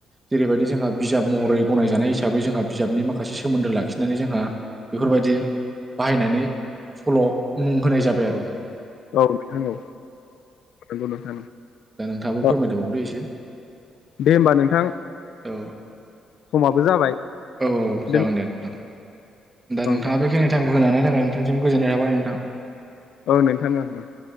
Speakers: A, on the right; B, on the left.
A: जेरैबायदि जोंहा बिजाब महरै गनायजानाय हिसाबै जोंहा बिजाबनि माखासे मासि सोमोन्दो लाखिनानै जोंहा बेफोरबायदि बाहायनानै सल मुं होनाय जाबाय आरो
B: औ नोंथां औ नगौ नोंथां
A: दा नोंथाङाबो
B: औ
A: फोरमायदाबावदो एसे
B: दे होमबा नोंथां
A: औ
B: समाबो जाबाय
A: औ
B: ।
A: जागोन दे नोंथां । दा नोंथाङा
B: दे
A: बेखनि थाइम बोखोनो होनायनि थाखाय नोंथांसिम गोजोननाय थाबाय नोंथां ।
B: औ नोंथाङा ओं ओं ।